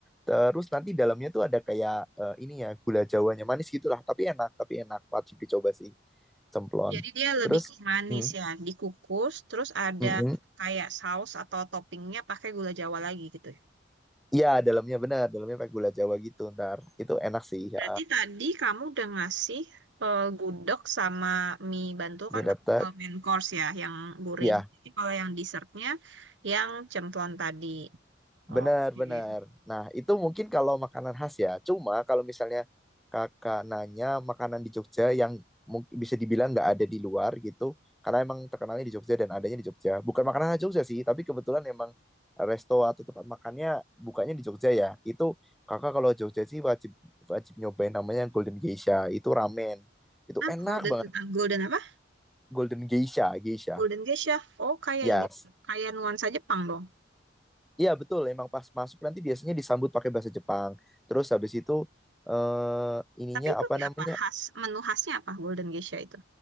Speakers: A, in the centre; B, on the right (about 70°).
A: Terus nanti dalamnya tuh ada kayak eh, ini ya gula jawanya manis gitulah. Tapi enak, tapi enak. Wajib dicoba sih cemplon.
B: Jadi dia lebih
A: Terus,
B: ke manis
A: mm,
B: ya. Dikukus terus ada
A: mm-mm.
B: kayak saus atau toppingnya pakai gula Jawa lagi gitu. ya.
A: Iya dalamnya benar, dalamnya pakai gula Jawa gitu ntar. Itu enak sih.
B: Berarti
A: Ya.
B: tadi kamu udah ngasih eh, gudeg sama mie bantu
A: Mie
B: kan tapi
A: letek,
B: ke main course ya yang gurih.
A: ya
B: Jadi kalau yang dessertnya yang cemplon tadi.
A: Benar,
B: Oke.
A: benar. Nah, itu mungkin kalau makanan khas ya. Cuma kalau misalnya kakak nanya makanan di Jogja yang mungkin bisa dibilang nggak ada di luar gitu, karena emang terkenalnya di Jogja dan adanya di Jogja. Bukan makanan khas Jogja sih, tapi kebetulan emang resto atau tempat makannya bukanya di Jogja ya. Itu kakak kalau Jogja sih wajib wajib nyobain namanya Golden Geisha. Itu ramen. Itu
B: Nah,
A: enak
B: Golden,
A: banget.
B: ah, Golden apa?
A: Golden Geisha, Geisha.
B: Golden Geisha. Oh, kayak
A: Yes.
B: ini. Kayak nuansa Jepang dong.
A: Iya betul, emang pas masuk nanti biasanya disambut pakai bahasa Jepang. Terus habis itu eh ininya
B: Tapi itu
A: apa
B: dia
A: namanya?
B: apa? Khas, menu khasnya apa Golden Geisha itu?